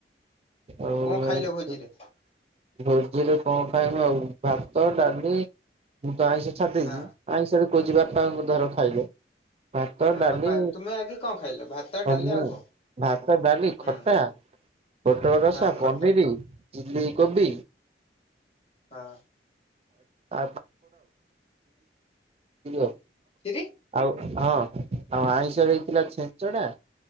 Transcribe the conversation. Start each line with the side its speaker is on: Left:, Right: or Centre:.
Right: ଆଉ
Left: ହଁ କଣ ଖାଇଲ
Right: ଏମିତି
Left: ଭୋଜିରେ
Right: ସବୁ। ଭୋଜିରେ କଣ ଖାଇମୁ ଆଉ ଭାତ ଡାଲି ମୁଁ ତ ଆଇଁଷ ଛାଡିଦେଇଛି।
Left: ହଁ
Right: ଆଇଁଷ ରେ କିହୁଚି ବାପା ଅମୂତଧର ଖାଇଲେ। ଭାତ,
Left: ହଁ
Right: ଡାଲି,
Left: ବାପା ତୁମେ ଆଗେ କଣ ଖାଇଲ ଭାତ
Right: ହମୁ
Left: ଡାଲି
Right: ଆଉ
Left: କଣ?
Right: ଭାତ ଡାଲି
Left: ହୁଁ
Right: ଖଟା। ପୋଟଳ ରସା,
Left: ହଁ ଖଟା
Right: ପନିର, ଚିଲ୍ କୋବି।
Left: ହଁ
Right: ଆ <unintelligible>
Left: <unintelligible>
Right: ଆଉ ହଁ। ଆଉ ଆଇଁଷରେ ହେଇଥିଲା ଛେଞ୍ଚଡା।